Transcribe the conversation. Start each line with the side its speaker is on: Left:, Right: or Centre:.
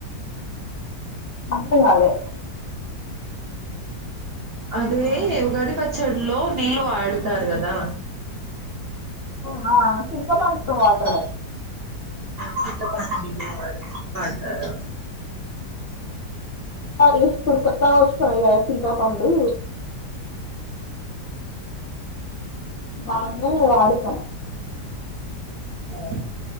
Left: అద్దం గాలె
Right: అదే ఉగాది పచ్చడ్లో నీళ్ళు ఆడుతారు గదా
Left: హ ఆ చింతపండు వాట్ర్
Right: చింతపండు నీళ్లు వాడ్తారా
Left: అ ఇప్పుడు కొత్తా వస్తంది గద చింతపండు దాన్ని వాడుతమ్
Right: ఓ